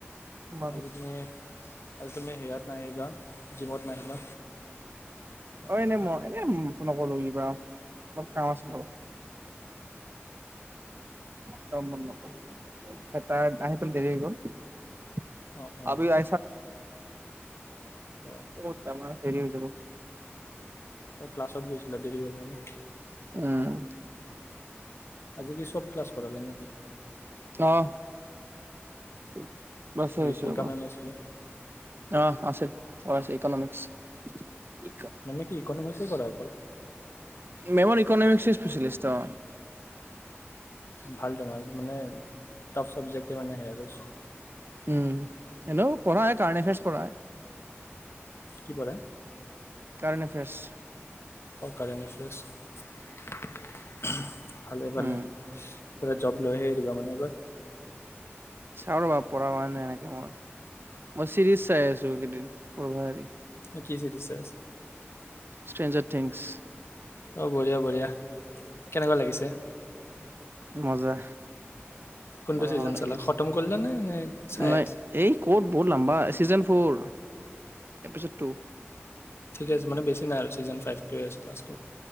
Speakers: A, on the right; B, on the left.
A: উম
B: আজি তুমি- আজি তুমি হেয়াত নাহিলা। জিমত নাহিলা।
A: অঁ এনে মই এনে নগলো কিবা, অলপ কাম আছিলে অলপ। <unintelligible> অঁ পিছত তাৰ আহি পেলে দেৰি হৈ গ'ল। <unintelligible>
B: অ অ
A: আহিলোঁ
B: অ
A: আৰু দেৰি হৈ যাব।
B: অঁ ক্লাছত গৈছিলা, দেৰি হ'ল মানে।
A: উম
B: আজি কি চব ক্লাছ পালা গে নেকি।
A: অঁ। <unintelligible>
B: ঋতুইকা
A: ৰবা,
B: মেম আহিছিলে
A: অ আছে। অঁ আজি ইকনমিক্স ই্
B: মেমে কি ইকনমিক্সে কৰাই অকল
A: মেমৰ ইকনমিক্সৰ স্পেচেলিষ্ট‌ ত
B: ভাল তেনে মানে টাফ চাবজেক্টে মানে সেয়া কৰিছোঁ
A: উম এনও পঢ়াই কাৰেণ্ট এফেয়াৰছ পঢ়াই
B: কি পঢ়াই
A: কাৰণ্ট এফেয়াৰছ
B: অ কাৰেণ্ট এফেয়াৰছ ভালে ভালে
A: উম
B: জব লৈহে দিবা মানে এইবাৰ
A: চাওঁ ৰ'বা পঢ়া হোৱা নাই এনেকে মোৰ মই চিৰিজ চাই আছো কেইদিন পঢ়া এৰি
B: কি চিদিচ চাই আছা?
A: ষ্ট্ৰেঞ্জথিংস
B: অঁ বঢ়িয়া বঢ়িয়া কেনেকুৱা লাগিছে
A: মজা
B: কোনটো
A: মজা
B: ছিজন
A: মজা লাগি
B: চালা
A: আছে
B: খতম কৰিলা নে নে চাই
A: নাই
B: আছা
A: এই ক'ত বহুত লাম্বা চিজন ফৰ এপিচড টু
B: ঠিক আছে মানে বেছি নাই আৰু ছিজন ফাইভ টুৱে আছে লাষ্ট